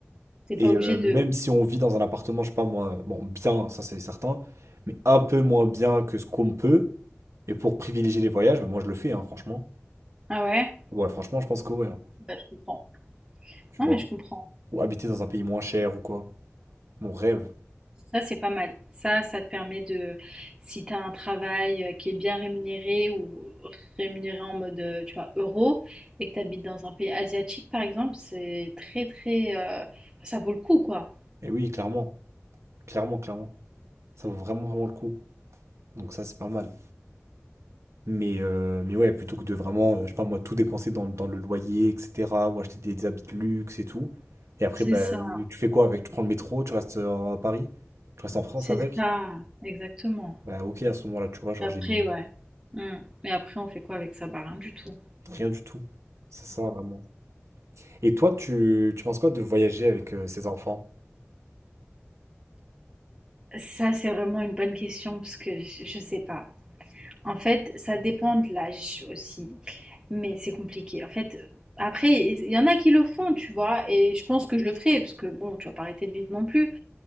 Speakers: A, on the right; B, on the right.
A: T'es pas
B: Et
A: obligé
B: euh,
A: de...
B: même
A: de-
B: si on vit dans un appartement, je sais pas moi, euh, bon, bien, ça c'est certain, mais un peu moins bien que ce qu'on peut, et pour privilégier les voyages, bah, moi je le fais, hein, franchement.
A: Ah ouais?
B: Ouais, franchement, je pense que ouais, hein,
A: Bah, je comprends.
B: tu
A: Non,
B: vois.
A: mais je comprends.
B: Ou habiter dans un pays moins cher ou quoi. Mon rêve.
A: Ça, c'est pas mal. Ça, ça te permet de, si tu as un travail euh, qui est bien rémunéré ou rémunéré en mode, euh, tu vois, euro, et que tu habites dans un pays asiatique, par exemple, c'est très, très, euh, ça vaut le coup, quoi.
B: Et oui, clairement, clairement, clairement. Ça vaut vraiment, vraiment le coup. Donc ça, c'est pas mal. Mais, euh, mais ouais, plutôt que de vraiment, euh, je sais pas moi, tout dépenser dans, dans le loyer, etc., ou acheter des habits de luxe et tout. Et après,
A: C'est
B: bah,
A: ça,
B: tu fais quoi avec? Tu prends le métro, tu restes euh, à Paris, tu restes en France
A: c'est
B: avec?
A: ça, exactement.
B: Bah ok, à ce moment-là, tu vois, genre
A: Et Après,
B: j'ai des-
A: ouais. Mm. Mais après, on fait quoi avec ça? Bah, rien du tout.
B: rien du tout. C'est ça, vraiment. Et toi, tu, tu penses quoi de voyager avec euh, ses enfants?
A: Ça, c'est vraiment une bonne question parce que je, je sais pas. En fait, ça dépend de l'âge aussi, mais c'est compliqué. En fait, après, il y en a qui le font, tu vois, et je pense que je le ferai, parce que bon, tu vas pas arrêter de vivre non plus.